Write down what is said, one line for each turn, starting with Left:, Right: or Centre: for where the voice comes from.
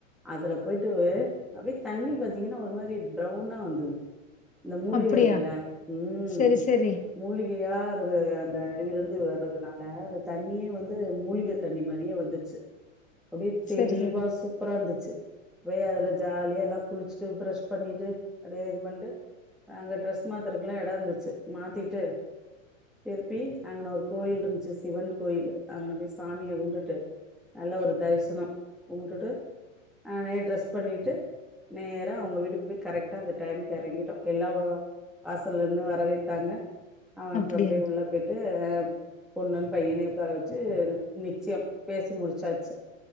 Centre: அதுல போயிட்டு அப்டியே தண்ணி பாத்தீங்கன்னா ஒரு மாரி ப்ரவ்னா வந்தது இந்த மூலிக
Left: அப்டியா
Centre: இருக்குல்ல ம்
Left: சரி சரி
Centre: மூலிகையா இரு அந்த அருவில இருந்து வர்றதுனால அ தண்ணியே வந்து மூலிக தண்ணி மாரியே வந்துச்சு அப்டியே தெளிவா
Left: சரி சரி
Centre: சுப் பறா இருந்துச்சு போய் அதுல ஜாலியா எல்லா குளிச்சுட்டு ப்ரஷ் பண்ணிட்டு அப்டியே இது பண்ட்டு அங்க ட்ரெஸ் மாத்திருக்குல்லா எடோ இருந்துச்சு மாத்திட்டு திருப்பி அங்கன ஒரு கோயில் இருந்துச்சு சிவன் கோயில் அங்கன போய் சாமிய கும்பிட்டு நல்லா ஒரு தரிசனம் கும்பிட்டுட்டு நானே ட்ரெஸ் பண்ணிட்டு நேரா அவுங்க வீட்டுக்கு போய் கரெக்டா அந்த டைமுக்கு எறங்கிட்டோ எல்லா வாசல்ல நின்னு வரவேத்தாங்க அப்றோ
Left: அப்டியா
Centre: பேய் உள்ள போயிட்டு அ பொண்ணு பையனையு உட்கார வச்சு நிச்சயம் பேசி முடிச்சாச்சு